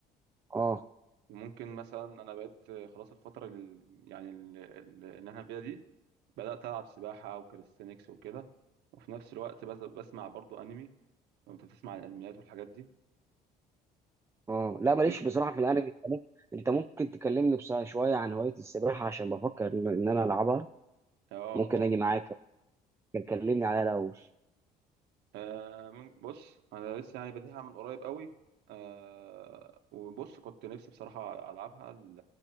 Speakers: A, on the right; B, on the right.
A: اه
B: وممكن مثلا انا بقيت آه، خلاص الفتره ال... يعني ال... ال... اللي انا فيها دي بدات العب سباحه او كاليستينكس وكده وفي نفس الوقت بس... بسمع برضو انمي لو انت بتسمع عن الانميات والحاجات دي
A: اه لا ماليش
B: دي
A: بصراحه في الانمي انت ممكن انت ممكن تكلمني بس شويه عن هوايه السباحه عشان بفكر ان إن انا العبها
B: اه
A: ممكن
B: اه
A: اجي معاك ممكن تكلمني عليها الاول
B: آه مم- بص انا لسه يعني بديها من قريب قوي آه وبص كنت نفسي بصراحه العبها ل-